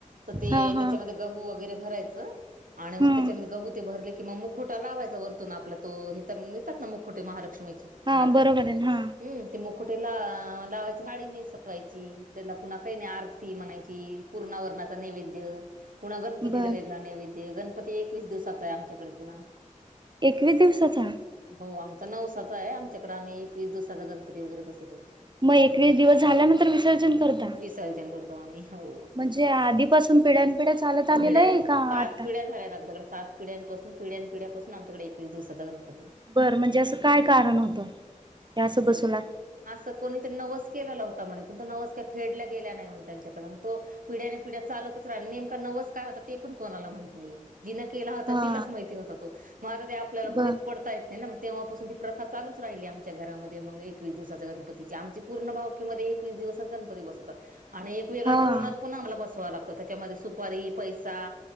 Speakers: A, on the right; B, on the right.
A: तर ते
B: हा हा
A: त्याच्यामध्ये गहू वगैरे भरायचं आणि मग
B: हम्म
A: त्याच्यामध्ये गहू ते भरले किं म मुखोटा लावायचा वरतून आपला तो, हित मिळतात ना मुखोटे महालक्ष्मीची.
B: हा
A: मार्केट
B: बरोबर
A: मदे,
B: आहे हा
A: हम ते मुकोटे ला आ लावायचे साडी नेसवायची त्याला पुन्हा काही नही आरती म्हणायची, पूर्णा वरनाचा नैवेद्य, पुन्हा गणपतीला
B: बर
A: वेगळा नैवेद, गण पती एकवीस दिवसाचा आहे आमच्याकडे पुन्हा.
B: एकवीस दिवसाचा?
A: हो आमचा नवसाचा आहे, आमच्याकडे आम्ही एकवीस दिवसाचा गणपती वगैरे बसवतो.
B: म एकवीस दिवस झाल्यानंतर विसर्जन करता?
A: विसर्जन करतो आम्ही, हो.
B: म्हणजे आधीपासून पिढ्या पिढ्या चालत आलेलं
A: पिढ्या,
B: आहे का
A: सात
B: आता
A: पिढ्या झाल्यात आमच्याकडे सात पिढ्यांपासून, पिढ्यां-पिढ्याासून आमच्याकडे एक दिवसाचा गणपती.
B: बरं म्हणजे असं काय कारण होतं, या असं बसोलात?
A: त कोणी नवस केलेला होता म्हणे, पण तो नवस काय फेडल्या गेला नाही त्यांच्याकडन म तो पिढ्या पिढ्या चालतच राहिल्या नेमका नवस काय होता ते पण कोणाला माहित नाही. जिनं केला होता
B: हा
A: तिलाच माहिती होता तो, मग आता ते आपल्याला
B: ब
A: बुडीत पडता येत नाही ना म? तेव्हापासून ती प्रथा चालूच राहिली, आमच्या घरामध्ये मग एकवीस दिवसाच्या गणपतीची आमची पूर्ण भावकीमध्ये एकवीस दिवस गणपती बसतात एक वेगळ्या
B: हा
A: द्रोणात पण आम्हाला बसवा लागत, त्याच्यामध्ये सुपारी, पैसा,